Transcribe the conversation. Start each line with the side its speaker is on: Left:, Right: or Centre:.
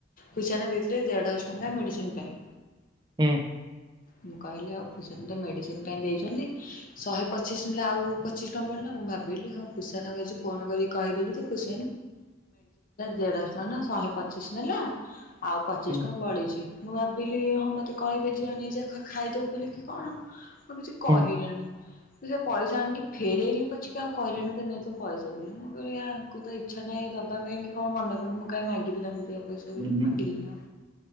Left: ପୁଷିଆନା ଦେଇଥିଲେ ଦେଢ ଶହ ଟଙ୍କା ମେଡିସିନ ପାଇଁ
Right: ହୁଁ
Left: ମୁଁ କହିଲି ଆଉ ପୁଷିଆନା ତ ମେଡିସିନ ପାଇଁ ଦେଇଛନ୍ତି। ଶହେ ପଚିଶ ଆଉ ପଚିଶ ଟଙ୍କା ବଳିଲା ମୁଁ ଭାବିଲି ହଁ ପୁସିଆନା ଙ୍କୁ ଆ ଫୋନ କରି କହିଦେବି ପୁଷ ଦେଢ ଶହ ନୁ ଶହେ ପଚିଶ ନେଲା। ଆଉ ପଚିଶ
Right: ହୁଁ
Left: ଟଙ୍କା ବଳିଛି, ମୁଁ ଭାବିଲି ହଁ ମତେ କହିବେ ଝିଅ ନେଇଯା ଖାଇଦବୁ ବୋଲିକି କଣ ମୁଁ କିଛି କହିଲଣି
Right: ହୁଁ।
Left: ମୁଁ ସେ ପଇସା ଆଣିକି ଫେରାଇଲି ପଛିକା ଆଉ କହିଲେଣି ନେ ତୋ ପଇସା ବୋଲି, ମୁଁ କହଲି ୟାଙ୍କୁ ତ ଇଛା ନାହିଁ। ଦବା ପାଇଁ କି କଣ ମନେପଡୁନି, ମୁଁ କାଇଁ ମାଗିବି ତାଙ୍କୁ ଦିଅ? ପଇସା ବି
Right: ହୁଁ
Left: ମାଗିଲିନି ଆଉ